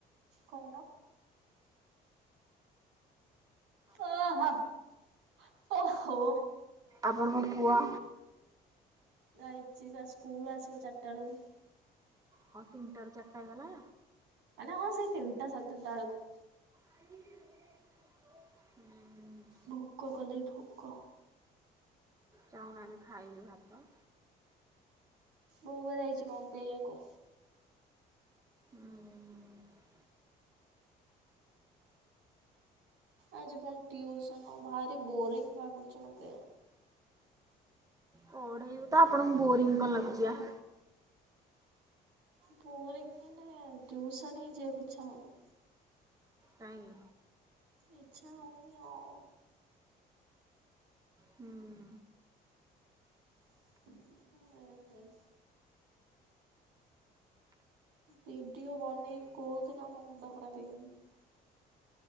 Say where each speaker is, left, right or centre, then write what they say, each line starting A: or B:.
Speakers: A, on the right; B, on the right.
A: କହୁନ? ଓ ହୋ ଓହୋ।
B: ଆପଣଙ୍କ ପୁଅ?
A: ଯାଇଇଛି ବା ସ୍କୁଲ ଆସିବ ଚାରିଟା ଏଳକୁ।
B: ହଁ ତିନିଟା ରୁ ଚାରିଟା ଗଲା।
A: ମାନେ ହଁ ସେଇ ତିନଟା ସାଡେ ତିନଟା ଏଳୁକୁ।
B: <inaudible>
A: ଭୋକ କଲେ ଭୋକ।
B: ଯାଉନାଁହାନ୍ତି ଖାଇବେ ଭାତ।
A: ବୋଉ ପା ଯାଇଚି ବନ୍ଦେଇବାକୁ।
B: ହୁଁ <inaudible>
A: ଆଜି ପୁଣି ଟିଉସନ ଭାରି ବୋରିଙ୍ଗ ଲାଗୁଛି ମତେ।
B: ପଢେଇବେତ ଆପଣଙ୍କୁ ବୋରିଙ୍ଗଂ କଣ ଲାଗୁଛିବା?
A: ବୋରିଂ ମାନେ ଟ୍ୟୁସନ ହିଁ ଯିିବାକୁ ଇଛା ହଉନି।
B: କାଇଁ।
A: ଏଚ୍ଛା ହଉନି ଆଉ।
B: ହୁଁ <unintelligible>
A: ହଁ ବିିଡିଓ ବନେଇବି କହୁଥିଲା ନା ମୋ ମୁଣ୍ଡ ଖରାପ ହେଇଗଲାଣି।